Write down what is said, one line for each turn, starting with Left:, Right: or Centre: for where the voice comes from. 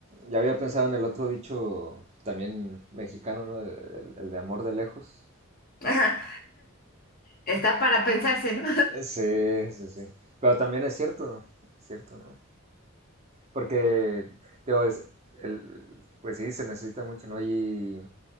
Right: ya había pensado en el otro dicho también mexicano, ¿no? El, el- el de amor de lejos.
Left: Ajá, Está para pensarse, ¿no?
Right: Eh, Sí, sí, sí. Pero también es cierto, es cierto, ¿no? Porque, digo, es- el- pues sí, se necesita mucho, ¿no? Y,